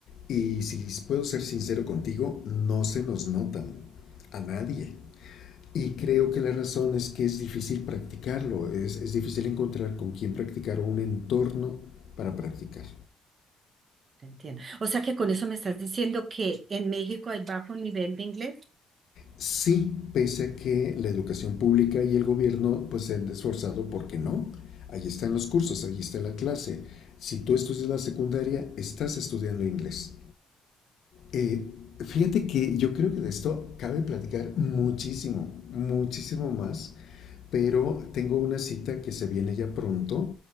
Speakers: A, on the left; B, on the right.
A: Y si puedo ser sincero contigo, no se nos notan a nadie. Y creo que la razón es que es difícil practicarlo, es, es difícil encontrar con quién practicar o un entorno para practicar.
B: Te entiendo. O sea que con eso me estás diciendo que en México hay bajo nivel de inglés.
A: Sí, pese a que la educación pública y el gobierno pues se han esforzado ¿por qué no. Allí están los cursos, allí está la clase. Si tú estudias la secundaria, estás estudiando inglés. Eh, fíjate que yo creo que de esto cabe platicar muchísimo, muchísimo más, pero tengo una cita que se viene ya pronto.